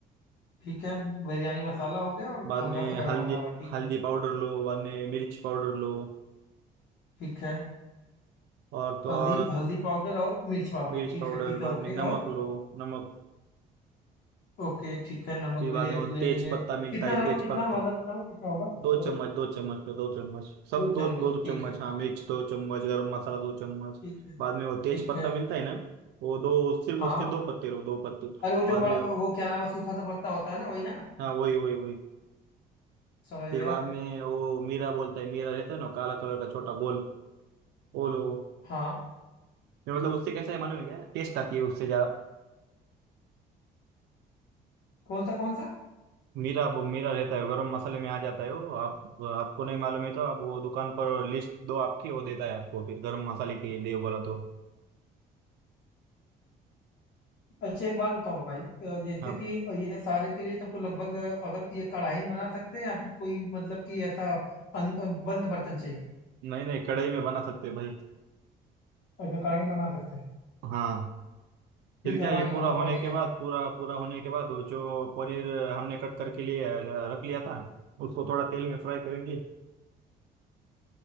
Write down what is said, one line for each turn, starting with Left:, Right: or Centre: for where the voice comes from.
Left: ठीक है बिरयानी मसाला हो गया और
Right: बाद
Left: हल्का
Right: में
Left: सा गरम
Right: हल्दी
Left: मसाला ठीक
Right: हल्दी
Left: है
Right: पाउडर लो बाद में मिर्च पाउडर लो
Left: ठीक है
Right: और तो
Left: हल्दी
Right: और
Left: हल्दी पाउडर और मिर्च पाउडर
Right: मिर्च
Left: ठीक
Right: पाउडर
Left: है ठीक है
Right: बाद
Left: ओके
Right: में नमक
Left: और
Right: लो नमक
Left: ओके ठीक है नमक
Right: फिर
Left: भी
Right: बाद
Left: ले
Right: में वो
Left: लेंगे
Right: तेज पत्ता मिलता
Left: कितना
Right: है तेज
Left: नमक कितना
Right: पत्ता
Left: मतलब नमक कितना होगा
Right: दो
Left: लाइक
Right: चम्मच दो चम्मच पे दो चम्मच सब
Left: दो
Right: दो
Left: चम्मच
Right: दो दो
Left: ठीक
Right: चम्मच
Left: है ठीक
Right: हाँ मिर्च दो चम्मच गरम मसाला दो चम्मच
Left: ठीक है
Right: बाद में वो
Left: ठीक
Right: तेज पत्ता
Left: है
Right: मिलता है ना वो दो सिर्फ
Left: हाँ
Right: उसके दो पत्ते लो दो पत्ते
Left: अरे वो जो
Right: बाद
Left: बड़ा
Right: में वो-
Left: वो क्या नाम है सूखा सा पत्ता होता है ना वही ना
Right: हाँ वही वही वही
Left: समझ
Right: फिर
Left: गया
Right: बाद में वो मीरा बोलता है मीरा रहता है ना काला कलर का छोटा गोल वो लो
Left: हाँ
Right: नहीं, मतलब उससे कैसा है मालूम है क्या टेस्ट आती है उससे जा
Left: कौन सा कौन सा
Right: मीरा वो मीरा रहता है गरम मसाले में आ जाता है वो आप आपको नहीं मालूम है तो आप वो दुकान पर लिस्ट दो आपकी वो देता है आपको फिर गरम मसाले की दे बोला तो
Left: अच्छा एक बात बताओ भाई अ, जैसे
Right: आप
Left: कि ये सारे के लिए तब तो लगभग अ, अगर ये कढ़ाई में बना सकते हैं या फिर कोई मतलब कि ऐसा अन- अ, बंद बर्तन चाहिए
Right: नहीं नहीं कढ़ाई में बना सकते हैं भाई
Left: अच्छा कढ़ाई में बना सकते हैं
Right: हाँ फिर
Left: ठीक है
Right: क्या
Left: अब
Right: ये
Left: आगे
Right: पूरा
Left: बताओ
Right: होने
Left: आगे
Right: के
Left: क्या
Right: बाद
Left: करना है
Right: पूरा पूरा होने के बाद वो जो पनीर हमने कट करके लिए अ, रख लिया था उसको थोड़ा तेल में फ्राई करेंगे